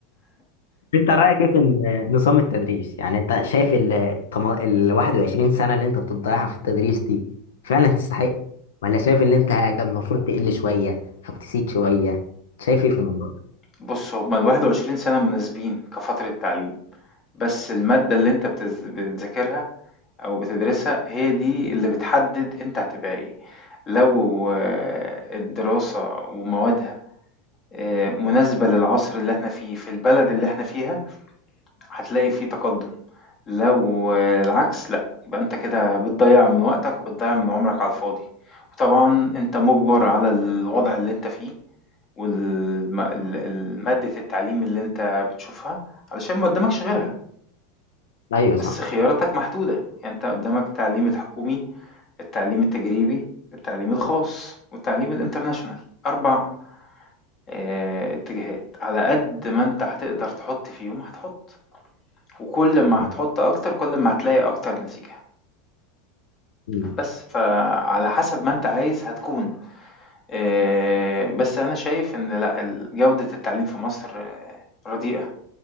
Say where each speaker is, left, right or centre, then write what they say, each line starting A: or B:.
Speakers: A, on the left; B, on the left.
A: انت رايك ايه في ان- نظام التدريس يعني انت شايف ال طما- ال 21 سنه اللي انت بتضيعها في التدريس دي فعلا تستحق ولا شايف ان انت كان المفروض تقل شويه او تسيب شويه شايف ايه في الموضوع ده
B: بص هما الواحد وعشرين سنة مناسبين كفترة تعليم بس المادة اللي انت بتز- بتذاكرها او بتدرسها هي دي اللي بتحدد انت هتبقى ايه لو آه، الدراسة وموادها آه، مناسبة للعصر اللي احنا فيه في البلد اللي احنا فيها هتلاقي في تقدم لو العكس لأ يبقى انت كده بتضيع من وقتك وبتضيع من عمرك على الفاضي وطبعا انت مجبر على الوضع اللي انت فيه والمادة التعليم اللي انت بتشوفها علشان ما قدامكش غيرها
A: ايوه صح
B: بس خياراتك محدودة يعني انت قدامك التعليم الحكومي التعليم التجريبي التعليم الخاص والتعليم الانترناشونال أربع آه، اتجاهات على قد ما انت هتقدر تحط فيهم هتحط وكل ما
A: صح.
B: هتحط أكتر كل ما هتلاقي أكتر نتيجة
A: مم.
B: بس فعلى حسب ما أنت عايز هتكون آه، بس أنا شايف إن لأ ال- جودة التعليم في مصر آه، رديئة